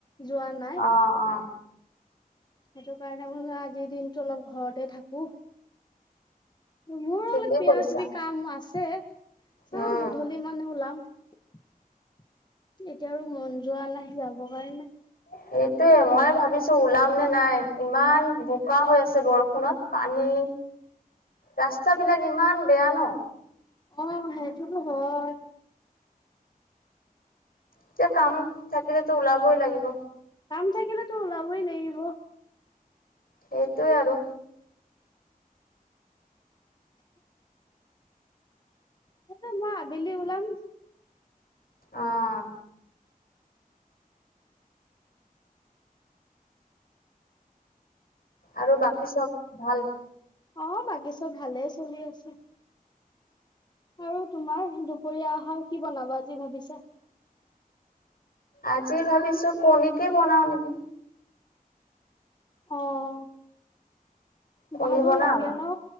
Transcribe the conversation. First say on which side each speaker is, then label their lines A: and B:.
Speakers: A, on the left; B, on the left.
A: যোৱা নাই।
B: অ অঁ।
A: সেইটো কাৰণে বুলো আজিৰ দিনতটো অলপ ঘৰতে থাকো। মোৰো
B: ঠিকেই
A: অলপ কিবা
B: কৰিছা।
A: কিবি কাম আছে। চাওঁ
B: উম।
A: গধূলি মানে ওলাম। এতিয়া আৰু মন যোৱা নাই যাবৰ কাৰণে।
B: সেইটোৱে মই ভাবিছো ওলাম নে নাই, ইমান বোকা হৈ আছে বৰষুণত পানী ৰাস্তা বিলাক ইমান বেয়া ন।
A: অঁ সেইতোটো হয়।
B: এতিয়া কাম থাকিলেতো ওলাবই লাগিব।
A: কাম থাকিলেতো ওলাবই লাগিব।
B: সেইটোৱে আৰু।
A: তাপিছত মই আবেলি ওলাম।
B: অঁ। আৰু বাকী চব ভাল।
A: অঁ বাকি চব ভালে চলি আছে। আৰু তোমাৰ দুপৰীয়া আহাৰ কি বনাবা আজি ভাবিছা?
B: আজি ভাবিছো কণীকে বনাও নেকি।
A: অঁ
B: কণী
A: ভালো
B: বনাম
A: লাগে ন,